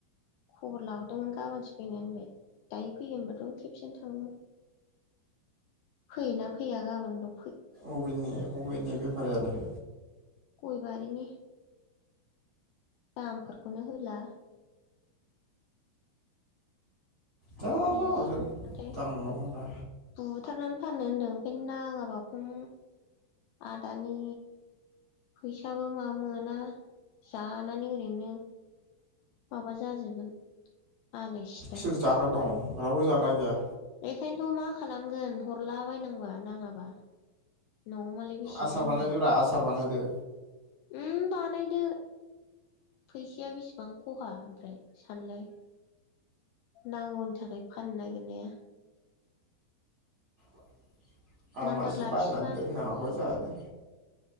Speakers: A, on the left (about 85°); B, on the right (about 80°).
A: खबर लाहरदोंमोन गाबोनसो फैनो होनबाय। दायो फैयो होनबाथ' खेबसेनो थांगौमोन फैयोना फैया गाबोन दं
B: अबेनि अबेनि बे यालाय
A: गयबारि नि। दामफोरखौनो होला।
B: जारला
A: बेसेबां मोनथाय
B: दाम दं होनबा
A: बुथारनानै फाननो होनदों ओमफाय नाङाबा खम आदानि फैसाबो माबा मोना जानानै ओरैनो माबा जाजोबगोन। आलाय सिलाय
B: सोर जाग्रा दं? रावबो जाग्रा गैया।
A: बेखायनोथ' मा खालामगोन हरला बायनांबा नाङाबा। न'आव मालाय बेसे
B: आसार
A: दोनगोन
B: बानायदो रा आसार बानायदो।
A: उम बानायदो। फैसाया बेसेबां खहा ओमफ्राय सानलाय नांगौनि थाखाय फाननो नागिरनाया।
B: <inaudible> आ
A: नाम्बार
B: मासे
A: लाखिबा
B: बाय ना दोननो हागन दा।